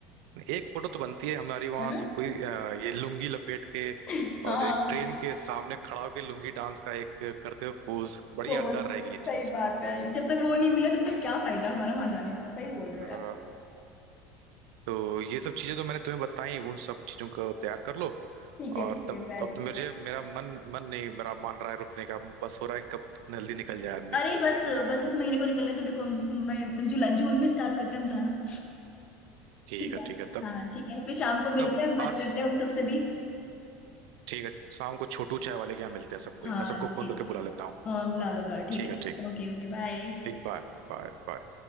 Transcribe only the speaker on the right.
एक फोटो तो बनती है हमारी वहाँ
सब कोई अ, ये लुंगी लपेट के
और एक ट्रेन के सामने खड़ा होकर लुंगी डांस का एक करते हुए पोज बड़ी
यादगार रहेगी ये चीज
हाँ,
तो ये सब चीजें तो मैंने तुम्हें बताई उन सब चीजों को तैयार कर लो
और
तब
अब तो मुझे मेरा मन मन नहीं मेरा मान रहा है रुकने का बस हो रहा है कि कब कितना जल्दी निकल जाए आदमी
ठीक
है
ठीक है तब
तब
आज
ठीक है शाम को छोटू चाय वाले के यहाँ मिलते हैं सबको
मैं सबको
फोन करके
बुला लेता हूँ
ठीक
है ठीक
ठीक Bye bye bye